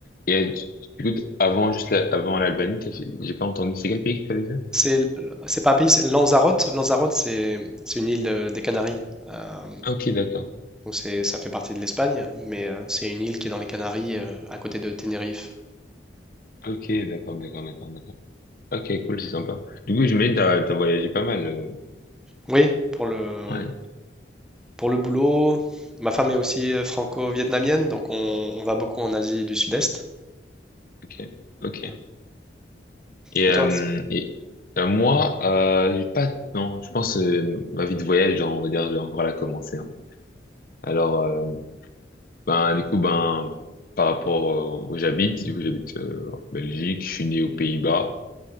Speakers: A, on the left; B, in the centre.
A: et euh, tu- tu- écoute, avant juste la- avant l'Albanie, t'as- j'ai pas entendu. C'est quel pays que t'avais fait?
B: C'est l- c'est pas un pays, c'est Lanzarote. Lanzarote, c'est c'est une île euh, des Canaries. Euh,
A: Ok, d'accord.
B: donc c'est, ça fait partie de l'Espagne, mais euh, c'est une île qui est dans les Canaries, euh, à côté de Tenerife.
A: Ok, d'accord, d'accord, d'accord, d'accord. Ok, cool, c'est sympa. Du coup, j'imagine que t'as t'as voyagé pas mal. euh.
B: Oui, pour le,
A: Ouais.
B: Pour le boulot, ma femme est aussi euh, franco-vietnamienne, donc on, on va beaucoup en Asie du Sud-Est.
A: Ok, ok.
B: Euh,
A: Et,
B: Et
A: euh,
B: toi?
A: et euh, moi, euh, j'ai pas. Non, je pense euh, ma vie de voyage, genre, on va dire, je vais encore la commencer. hein. Alors, euh, ben du coup, ben par rapport euh, où j'habite, du coup, j'habite euh, en Belgique. Je suis né aux Pays-Bas.